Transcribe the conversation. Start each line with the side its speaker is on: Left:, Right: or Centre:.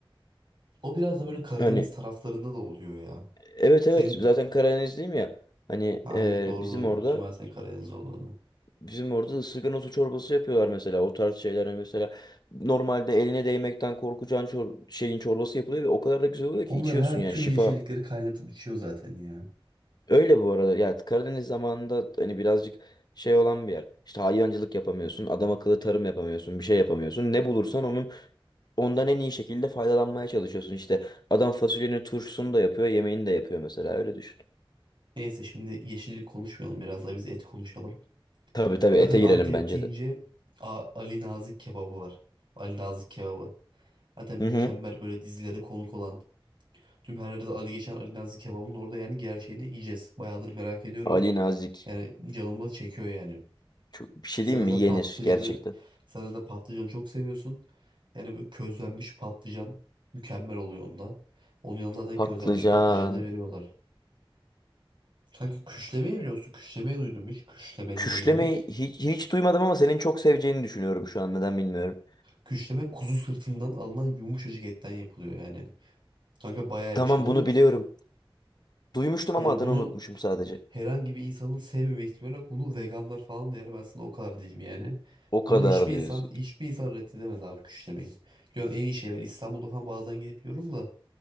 Right: O biraz da böyle Karadeniz
Left: Hani
Right: taraflarında da oluyor ya.
Left: evet
Right: Senin
Left: evet zaten Karadenizliyim ya. Hani
Right: ha,
Left: e,
Right: evet, doğru
Left: bizim
Right: doğru
Left: orada
Right: unuttum ben senin Karadeniz olduğunu.
Left: bizim orada ısırgan otu çorbası yapıyorlar mesela. O tarz şeyler hani mesela normalde eline değmekten korkacağın çor- şeyin çorbası yapılıyor ve o kadar da güzel oluyor
Right: Onlar
Left: ki içiyorsun
Right: her
Left: yani
Right: tüm
Left: şifa
Right: yeşillikleri kaynatıp içiyor zaten ya.
Left: Öyle bu arada. Ya Karadeniz zamanında hani birazcık şey olan bir yer. İşte hayvancılık yapamıyorsun, adam akıllı tarım yapamıyorsun, bir şey yapamıyorsun. Ne bulursan onun ondan en iyi şekilde faydalanmaya çalışıyorsun. İşte adam fasulyenin turşusunu da yapıyor, yemeğini de yapıyor mesela. Öyle düşün.
Right: Neyse şimdi yeşillik konuşmayalım biraz da biz et konuşalım.
Left: Tabii tabii
Right: Zaten
Left: ete
Right: Antep
Left: girelim bence
Right: deyince
Left: de.
Right: A- Ali Nazik kebabı var. Ali Nazik kebabı. Zaten mükemmel
Left: Hı hı.
Right: böyle dizilere konuk olan. Tüm her yerde Ali geçen Ali Nazik kebabının orada yani gerçeğini yiyeceğiz. Bayağıdır merak ediyorum.
Left: Ali Nazik.
Right: Yani canımı çekiyor yani.
Left: Çok, bir şey
Right: Zaten
Left: diyeyim mi?
Right: de
Left: Yenir
Right: patlıcanı,
Left: gerçekten.
Right: zaten de patlıcanı çok seviyorsun. Yani böyle közlenmiş patlıcan mükemmel oluyor onda. Onun yanında zaten
Left: Patlıcan.
Right: közlenmiş patlıcanı da veriyorlar. Kanka küşlemeyi biliyorsun. Küşlemeyi duydum hiç. Küşleme
Left: Küşlemeyi
Right: diye bir yemek.
Left: hiç, hiç duymadım ama senin çok seveceğini düşünüyorum şu an. Neden bilmiyorum.
Right: Küşleme kuzu sırtından alınan yumuşacık etten yapılıyor yani. Kanka bayağı
Left: Tamam
Right: iyi bir şey. Bunu
Left: bunu biliyorum. Duymuştum
Right: yani
Left: ama adını
Right: bunu
Left: unutmuşum sadece.
Right: herhangi bir insanın sevmeme ihtimali yok. Bunu veganlar falan da yer. Ben sana o kadar diyeyim yani.
Left: O kadar
Right: Bunu hiçbir
Left: diyorsun.
Right: insan hiçbir insan reddedemez abi küşlemeyi. Yani en iyi şey ben İstanbul'da falan bazen gidip yiyorum da